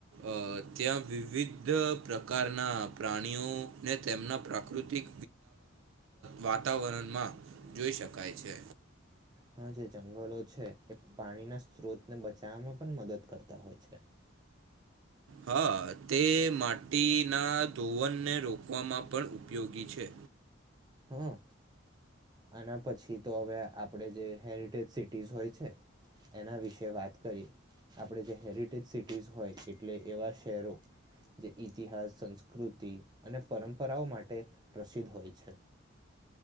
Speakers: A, on the right (about 70°); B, on the right (about 20°).
A: અ ત્યાં વિવિધ પ્રકારના પ્રાણીઓ ને તેમના પ્રાકૃતિક વાતાવરણમાં જોઈ શકાય છે
B: હા જે જંગલો છે એ પાણીના સ્ત્રોતન બચાવવામાં પણ મદદ કરતા હોય છે <inaudible>
A: હા તે માટીના ધોવનને રોકવામાં પણ ઉપયોગી છે
B: હમ આના પછી તો હવે આપડે જે હેરિટેજ સિટીસ હોય છે એના વિશે વાત કરી આપણે જે હેરિટેજ સિટીઝ હોય એટલે એવા શહેરો જે ઈતિહાસ સંસ્કૃતિ અને પરંપરાઓ માટે પ્રસિદ્ધ હોય છે <inaudible>